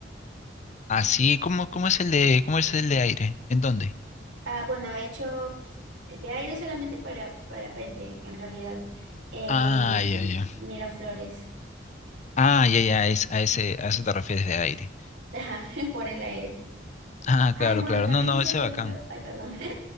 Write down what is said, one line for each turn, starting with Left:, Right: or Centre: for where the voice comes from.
Left: así, ¿cómo, cómo es el de, cómo es el de aire? ¿En dónde?
Right: Ah, bueno, he hecho pues, de aire solamente para parapente, en realidad. Eh,
Left: Ah, ya, ya.
Right: Miraflores,
Left: Ah, ya, ya, es, a ese, a eso te refieres de aire.
Right: <laughs> ajá, por el aire.
Left: Ah,
Right: Ay,
Left: claro,
Right: bueno,
Left: claro.
Right: también
Left: No, no,
Right: hice
Left: ese
Right: columpio.
Left: bacán.
Right: Ay, perdón.